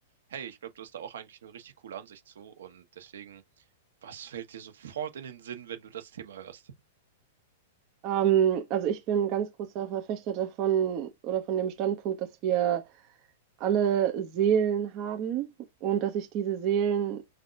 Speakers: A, on the right; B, on the right.
A: hey, ich glaube, du hast da auch eigentlich eine richtig coole Ansicht zu. Und deswegen, was fällt dir sofort in den Sinn, wenn du das Thema hörst?
B: Ähm, also ich bin ein ganz großer Verfechter davon oder von dem Standpunkt, dass wir alle Seelen haben und dass sich diese Seelen